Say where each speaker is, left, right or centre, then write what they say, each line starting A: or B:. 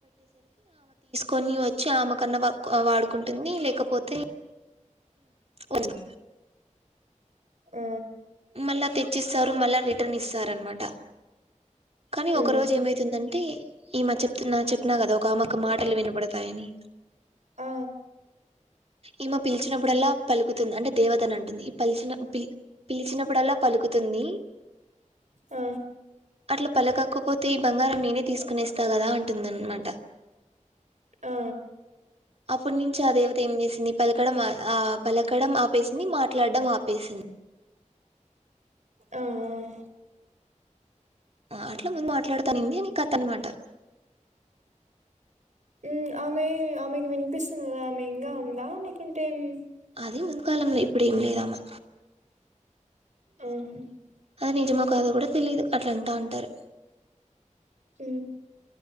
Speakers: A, on the right; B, on the right.
A: కొన్ని వచ్చు ఆమె కన్నాక వాడుకుంటుంది ఇ లేకపోతే ఉంది
B: ఆ
A: మల్ల తెచ్చి స్ సరు మళ్ళా రిటర్న్ ఇస్తారనమాట కానీ
B: ఉమ్
A: ఒక రోజు ఏమైతుందంటే. ఈమ చెప్తున చెప్పిన కదా ఒక ఆమెకు మాటలు వినపడతాయని.
B: ఆ.
A: ఈమ పిలిచినప్పుడల్లా పలుకుతుంది అంటే దేవతను అంటుంది ఈ పలిచిన పిల్ పిలిచినప్పుడల్లా పలుకుతుంది
B: ఆ
A: అట్లా పలకక్కపోతే ఈ బంగారం నేనే తీసుకునేస్తా కదా అంటుందనమాట
B: ఆ అ
A: అప్పటి నుంచి ఆ దేవత ఏం చేసింది పలకడం ఆ పలకడం ఆపేసింది మాట్లాడడం ఆపేసింది
B: ఆహ్
A: ఆ అట్లా ముందు మాట్లాడతానుంది నీ కథ అనమాట
B: ఉ ఆమె ఆమెకి వినిపిస్త్ ఉ ఆమె ఇంగా ఉందా లేకుంటే ఉ
A: అదే మున్కాలంలో ఇప్పుడ ఏం లేదమె
B: ఆహా
A: అది నిజమా కాదు కూడా తెలియదు అట్ల అంటా ఉంటారు
B: ఉ